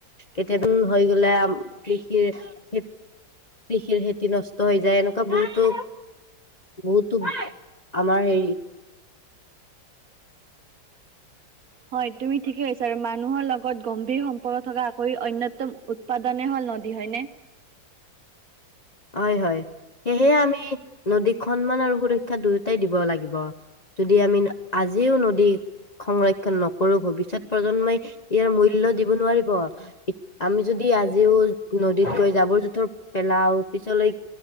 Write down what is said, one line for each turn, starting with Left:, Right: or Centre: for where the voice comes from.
Left: কেতিয়া--উ হৈ গলে আ ম কৃষিৰ খ কৃষিৰ খেতি নষ্ট হৈ যায় এনেকুৱা বহুতো বহুতো আমাৰ হেৰি
Right: হয় তুমি ঠিকে কৈছা আৰু মানুহৰ লগত গম্ভীৰ সম্পৰ্ক থকা আকৰি অ্ন্যতম উৎপাদনে হল নদী হয়নে
Left: হয় হয় সেয়হেে আমি নদীক সন্মান আৰু সুৰক্ষা দুয়োটাই দিব লাগিব যদি আমি আজি যিও নদী সংৰক্ষ ণ নকৰো ভৱিষ্যত প্ৰজন্মই ইয়াৰ মূল্য দিব নোৱাৰি আমি যদি আজি আজিও নদীত গৈ জাবৰ জোঁথৰ পেলাও পিছলৈ